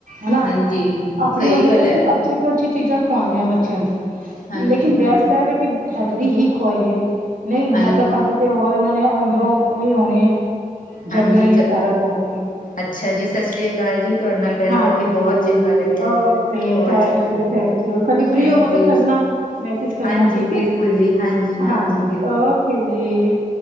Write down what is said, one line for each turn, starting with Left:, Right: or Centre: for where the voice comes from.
Right: ਹਨਾ,
Left: ਹਾਂਜੀ
Right: ਆਪਨੀ
Left: ਸਹੀ
Right: ਵੱਲੋਂ
Left: ਗੱਲ
Right: ਤੇ ਅਸੀਂ
Left: ਹੈ
Right: ਅੱਛੀ ਤੋਂ ਅੱਛੀ ਚੀਜ਼ਾਂ ਖਾਵਾਂਦੇ ਆ ਬੱਚਿਆਂ ਨੂੰ
Left: ਹਾਂਜੀ
Right: ਲੇਕਿਨ ਬੈਸਟ
Left: ਹਾਂਜੀ
Right: ਐ ਵੇ ਕਿ ਹੈਲਦੀ ਹੀ ਖੁਆਈਏ, ਨਹੀ
Left: ਹਾਂਜੀ
Right: ਮੈ ਦਾ ਖਾ ਕੇ ਤੇ ਹੋਰ ਏਨਾਂ ਨੇ ਅੰਦਰੋਂ ਓਹੀ ਹੋਨੀ ਐ,
Left: ਹਾਂਜੀ
Right: ਜੰਮਨਾ ਈ
Left: ਚ
Right: ਐ ਸਾਰਾ ਜਾਕੇ।
Left: ਅੱਛਾ ਜੀ, ਸਸ਼੍ਰੀਆ ਕਾਲ ਜੀ। ਤੂਹਾਡੇ ਨਾਲ ਗੱਲ
Right: ਹਾਂਜੀ
Left: ਕਰਕੇ ਬੋਤ ਚੰਗਾ ਲੱਗਿਆ
Right: ਓਕੇ
Left: ਜੀ, ਬੋਤ
Right: ਥੈਂਕ
Left: ਚੰਗਾ ਲੱਗਿਆ,
Right: ਯੂ ਥੈਂਕ ਯੂ ਕਦੀ ਫ੍ਰਰੀ
Left: ਥੈਂਕ
Right: ਹੋਵੋ ਤਾਂ
Left: ਯੂ
Right: ਕਰਨਾ
Left: ਸੋ ਮਚ।
Right: ਮੈਸੇਜ ਕਰਨਾ
Left: ਹਾਂਜੀ,
Right: ਠੀਕ
Left: ਬਿਲਕੁਲ
Right: ਹੈ
Left: ਜੀ, ਹਾਂਜੀ-ਹਾਂਜੀ,
Right: ਹਾਂਜੀ
Left: ਬਿਲ
Right: ਓਕੇ ਜੀ,